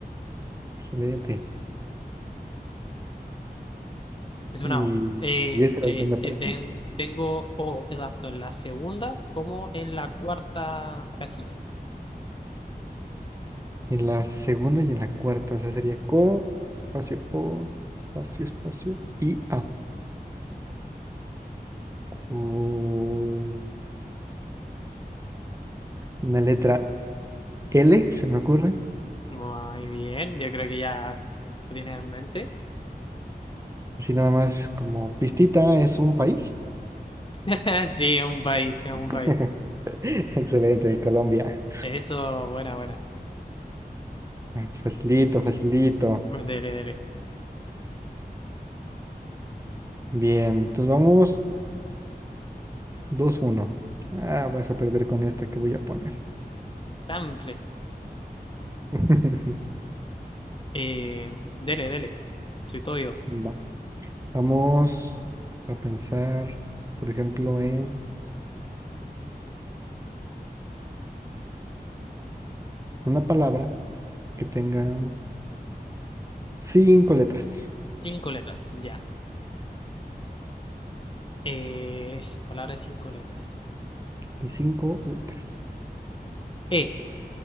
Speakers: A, on the right (about 20°); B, on the left (about 30°).
A: Excelente.
B: Es una
A: ¿Y
B: O. Eh, entre,
A: esa dónde aparece?
B: eh, ten- tengo O tanto en la segunda como en la cuarta casilla.
A: En la segunda y en la cuarta. O sea, sería co, espacio O, espacio, espacio y A. O- Una letra L se me ocurre.
B: Muy bien, yo creo que ya lo tienes en mente.
A: Así nada más como pistita es un país.
B: <laughs> Sí, es un país, es un país.
A: <laughs> Excelente, de Colombia.
B: Eso, buena, buena.
A: Ah, Facilito, facilito.
B: Dele, dele.
A: Bien, entonces vamos dos uno Ah, vas a perder con esta que voy a poner.
B: Tanfle.
A: <laughs>
B: Eh, dele, dele. Soy todo oído.
A: Va- Vamos a pensar, por ejemplo, en una palabra que tenga cinco letras.
B: Cinco letras, ya. Eh, palabra de cinco letras.
A: De cinco letras.
B: E.